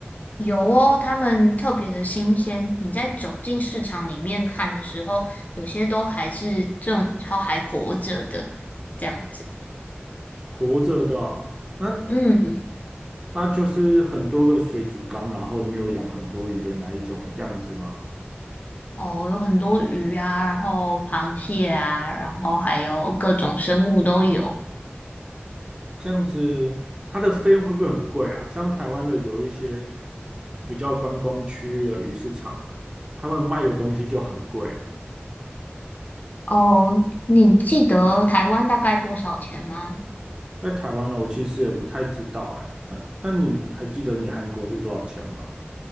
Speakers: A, on the left (about 40°); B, on the right (about 20°).
A: 有哦，它们特别的新鲜。你在走进市场里面看的时候，有些都还是正，它还活着的，这样子。
B: 活着的啊那
A: 嗯，
B: 它就是很多个水族缸，然后里面有养很多鱼的那一种样子吗？
A: 哦，有很多鱼啊，然后螃蟹啊，然后还有各种生物都有。
B: 这样子，它的费用会不会很贵啊？像台湾的有一些比较观光区域的鱼市场，他们卖的东西就很贵。
A: 哦，你记得台湾大概多少钱吗？
B: 在台湾呢，我其实也不太知道哎。那那你还记得你韩国是多少钱吗？